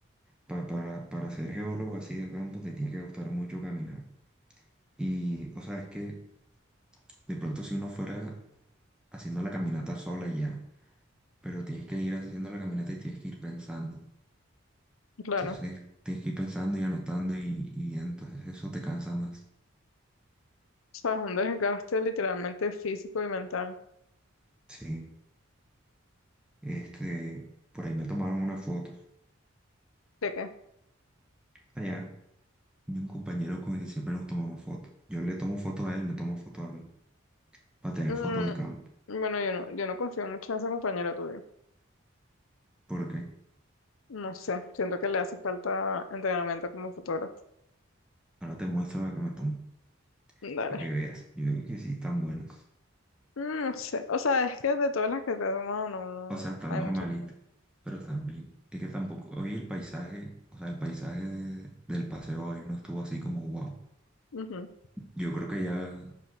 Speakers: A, in the centre; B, on the left.
A: pa- para, para ser geólogo así de campo te tiene que gustar mucho caminar. Y, o sea, es que de pronto si uno fuera haciendo la caminata sola y ya, pero tienes que ir haciendo la caminata y tienes que ir pensando.
B: Claro,
A: Entonces
B: o
A: tienes que ir pensando y anotando y, y entonces eso te cansa más.
B: sea, es un desgaste literalmente físico y mental.
A: Sí, este, por ahí me tomaron una foto.
B: ¿De qué?
A: allá y un compañero con el que siempre nos tomamos fotos. Yo le tomo fotos a él, me tomo fotos a mí, para tener
B: Mm,
A: fotos de campo.
B: bueno, yo no, yo no confío mucho en ese compañero tuyo.
A: ¿Por qué?
B: No sé, siento que le hace falta entrenamiento como fotógrafo.
A: ahora te muestro la que me tomo,
B: Dale.
A: para que veas. Yo digo que sí, están buenas.
B: Mm, No sé, o sea, es que de todas las que te he tomado, no
A: O sea, están
B: hay
A: normalitas,
B: muchas fotos.
A: pero están bien. Es que tampoco, hoy el paisaje, o sea, el paisaje de- del paseo hoy no estuvo así como wow.
B: Ujú.
A: Yo creo que ya